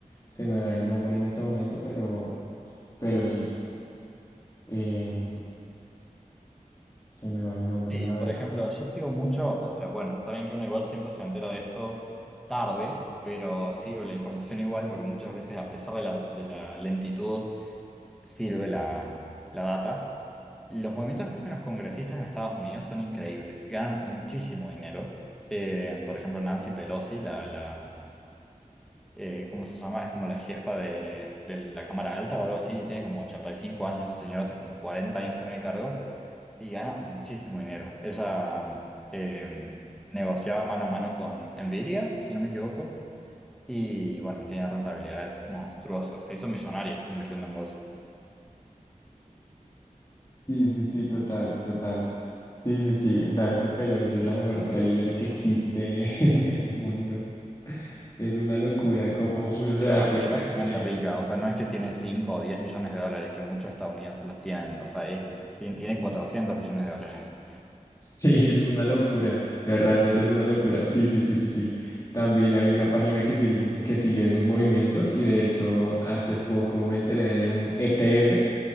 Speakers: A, on the left; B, in the centre.
A: Se me va el nombre en este momento, pero, pero sí, em, se me va el nombre,
B: Sí,
A: la verdad.
B: por ejemplo, yo sigo mucho, o sea, bueno, está bien que uno igual siempre se entera de esto tarde, pero sirve la información igual porque muchas veces a pesar de la, de la lentitud, sirve la, la data. Los movimientos que hacen los congresistas en Estados Unidos son increíbles, ganan muchísimo dinero. Eh, por ejemplo, Nancy Pelosi, la, la, eh, ¿cómo se llama? Es como la jefa de, de la Cámara Alta o algo así, y tiene como 85 años esa señora, hace como 40 años está en el cargo y gana muchísimo dinero. Ella eh, negociaba mano a mano con Nvidia, si no me equivoco, y bueno, tiene rentabilidades monstruosas, se hizo millonaria invirtiendo en bolsa.
A: Sí, sí, sí, total, total. Sí, sí, sí, Nancy Pelosi es la mejor trader que existe <laughs> en el mundo. Es una locura como uno se
B: Pero
A: da
B: asquerosamente
A: cuenta que
B: rica, o sea, no es que tiene 5 o 10 millones de dólares, que muchos estadounidenses los tienen, o sea, es, tiene, tiene cuatrocientos millones de dólares.
A: sí, es una locura. eh, Realmente es una locura. Sí, sí, sí, sí, sí. También hay una página que sirve, que sigue esos movimientos y de hecho hace poco me enteré de un ETF